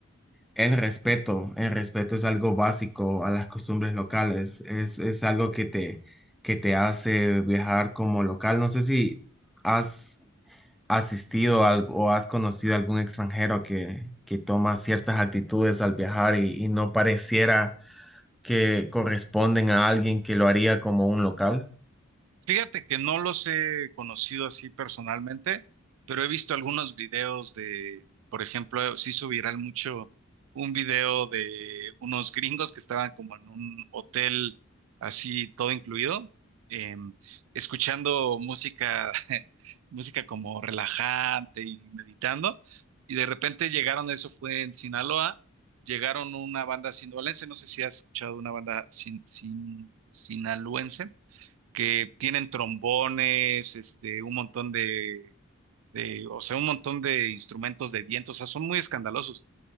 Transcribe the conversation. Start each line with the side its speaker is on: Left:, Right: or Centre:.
Centre: el respeto, el respeto es algo básico a las costumbres locales, es, es algo que te, que te hace viajar como local. No sé si has asistido al- o has conocido a algún extranjero que, que toma ciertas actitudes al viajar y, y no pareciera que corresponden a alguien que lo haría como un local.
Right: Fíjate que no los he conocido así personalmente, pero he visto algunos videos de, por ejemplo, se hizo viral mucho un video de unos gringos que estaban como en un hotel así todo incluido, em, escuchando música, <laughs> música como relajante y meditando, y de repente llegaron, eso fue en Sinaloa, llegaron una banda sinaloense, no sé si has escuchado una banda sin, sin- sinaloense que tienen trombones, este, un montón de, de, o sea, un montón de instrumentos de viento, o sea, son muy escandalosos.